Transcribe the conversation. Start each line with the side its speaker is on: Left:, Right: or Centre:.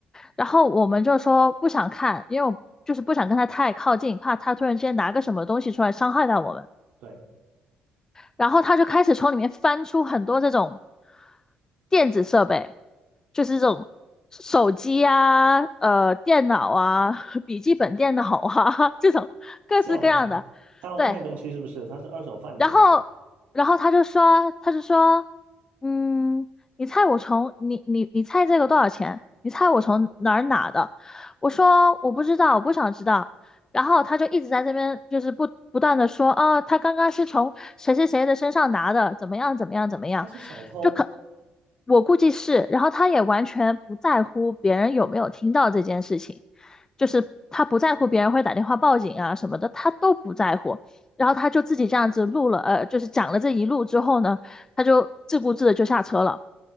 Left: 然后我们就说不想看，因为我就是不想跟他太靠近，怕他突然之间拿个什么东西出来伤害到我们。
Right: 对，
Left: 然后他就开始从里面翻出很多这种电子设备，就是这种手机啊、呃电脑啊、<laughs> 笔记本电脑啊 <laughs> 这种各式各样的。
Right: 这样吗？他要卖东西是不是？
Left: 对，
Right: 他是二手贩子吗？
Left: 然后，然后他就说，他就说，嗯，你猜我从你你你猜这个多少钱？你猜我从哪儿拿的？我说我不知道，我不想知道。然后他就一直在这边就是不不断的说，哦，他刚刚是从谁谁谁的身上拿的，怎么样怎么样怎么样，
Right: 他是小偷？
Left: 就可我估计是。然后他也完全不在乎别人有没有听到这件事情，就是他不在乎别人会打电话报警啊什么的，他都不在乎。然后他就自己这样子录了，呃，就是讲了这一路之后呢，他就自顾自的就下车了。